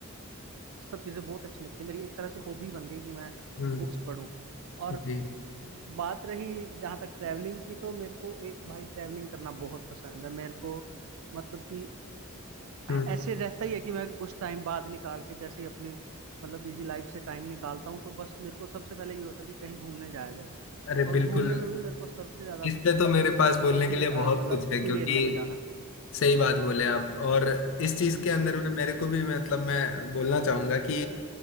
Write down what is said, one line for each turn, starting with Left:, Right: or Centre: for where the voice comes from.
Right: सब चीजें बहुत अच्छी लगती है मेरी एक तरह से हॉबी बन गई कि मैं
Left: हम्म
Right: बुक्स पढूं और
Left: जी
Right: बात रही जहाँ तक ट्रैवलिंग की तो मेरे को एक भाई ट्रैवलिंग करना बहुत पसंद है मेरे को मतलब कि
Left: हम्म
Right: ऐसे रहता ही है कि मैं कुछ टाइम बाद निकाल के जैसे ही अपनी मतलब बिजी लाइफ से टाइम निकालता हूँ तो बस मेरे को सबसे पहले ये होता है कि कहीं घूमने जाया जाए
Left: अरे
Right: और
Left: बिल्कुल
Right: घूमने में भी मेरे को सबसे ज्यादा
Left: इस
Right: पसंद
Left: पे तो
Right: है
Left: मेरे पास बोलने
Right: किसी
Left: के लिए
Right: अ,
Left: बहुत
Right: मतलब
Left: कुछ है क्योंकि
Right: हिल एरिया में जाना
Left: सही बात बोले आप और इस चीज के अंदर
Right: हम्म
Left: में मेरे को भी मतलब मैं बोलना चाहूंगा कि